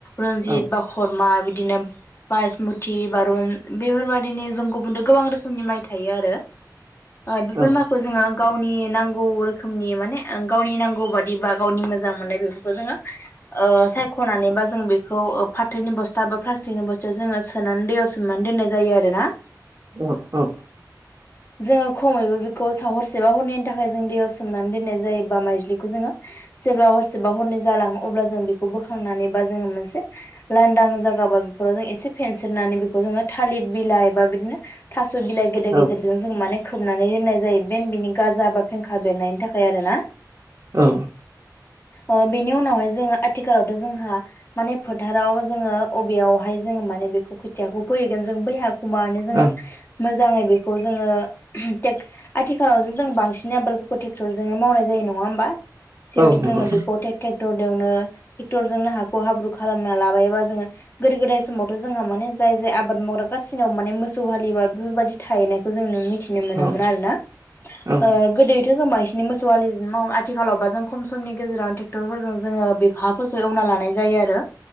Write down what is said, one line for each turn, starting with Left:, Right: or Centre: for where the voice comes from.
Left: रनजित
Right: औ
Left: बा हरमा बिदिनो बायेसमुथि बारुन बेफोरबादिनि जों गुबुन गोबां रोखोमनि माइ थायो आरो। ओ बेफोर
Right: औ
Left: माइखौ जोङो गावनि नांगौ रोखोमनि माने गावनि नांगौ बादि बा गावनि मोजां मोननाय बेफोरखौ जोङो ओ सायख'नानै बा जों खौ फाथोनि बस्था बा प्लास्टिकनि बस्था जोङो सोनानै दैयाव सोमनानै दोननाय जायो आरो ना।
Right: औ औ।
Left: जोङो खमैबो बेखौ साव हरसेबा हरनैनि थाखाय जों दैयाव सोमनानै दोननाय जायो बा माइज्लि जोङो जेब्ला हरसेबा हरनै अब्ला जों बे खौ बोखांनानै बा जों मोनसे लांदां जागा बा बेफोराव एसे फेनस्रोनानै बे खौ जोङो थालिर बिलाइ बा बिदिनो थास' बिलाइ गेदेर
Right: औ
Left: गेदेर जों माने खोबनानै दोननाय जायो बेन बिनि गाजा बा फेंखा बेरनायनि थाखाय आरो ना।
Right: औ।
Left: ओ बेनि उनावहाय जोङो आथिखालावथ' जोंहा माने फोथाराव जोङो अबेयावहाय जोङो माने बेखौ खोथियाखौ फैहैगोन जों बैहाखौ माने जोङो
Right: औ
Left: मोजाङै बेखौ जोङो टेक आथिखालावसो जों बांसिन आबादफोरखौ ट्रेक्टरजोंनो मावनाय जायो नङा होमबा। जिहेथु
Right: औ नंगौ
Left: जोङो बेखौे ट्रेक्ट'र देवनो ट्रेक्टरजोंनो हाखौ हाब्रु खालामना लाबाय बा जोङो गोदो गोदाय समावथ' जोंहा माने जाय जाय आबाद मावग्रा गासिनाव माने मोसौ हालिबा बेफोरबायदि थाहैनायखौ जों मिथिनो मोनोमोन
Right: औ
Left: आरोना
Right: औ
Left: ओ गोदोथ' जों मा नि मोसौ हालिजोंनो मावो आथ थिखालावबा जों खम समनि गेजेरावनो ट्रेक्टरफोरजों जोङो बे हाफोरखौ एवना लानाय जायो आरो।